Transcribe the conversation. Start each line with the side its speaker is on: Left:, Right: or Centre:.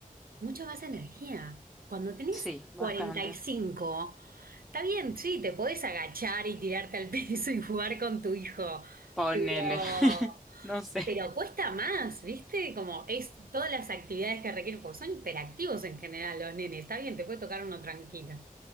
Right: Mucha más energía. Cuando tenés
Centre: Sí, bastante.
Right: cuarenta y cinco está bien, sí, te podés agachar y tirarte al <laughs> piso y jugar con tu hijo,
Centre: Ponele,
Right: pero,
Centre: <laughs> no sé.
Right: pero cuesta más, ¿viste? Como es todas las actividades que requieren, porque son hiperactivos en general los nenes, está bien, te puede tocar uno tranquilo,